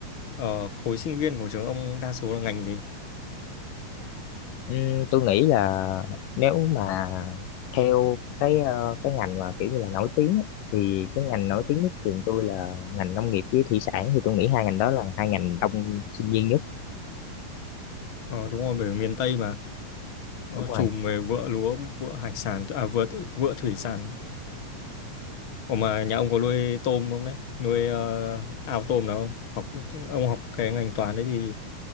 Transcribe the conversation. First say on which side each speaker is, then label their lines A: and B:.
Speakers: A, on the left (about 40°); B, on the left (about 75°).
A: ờ, khối sinh viên của trường ông đa số là ngành gì
B: Ừm, tôi nghĩ là nếu mà theo cái ờ, cái ngành mà kiểu như là nổi tiếng á, thì cái ngành nổi tiếng nhất trường tôi là ngành nông nghiệp với thủy sản thì tôi nghĩ hai ngành đó là hai ngành đông sinh viên nhất
A: Ờ, đúng rồi bởi vì miền Tây mà nó
B: đúng rồi
A: trùm về vựa lúa vựa hải sản à vựa vựa thủy sản Ủa mà nhà ông có nuôi tôm không đấy nuôi ờ, ao tôm nào không học ông học cái ngành toán đấy thì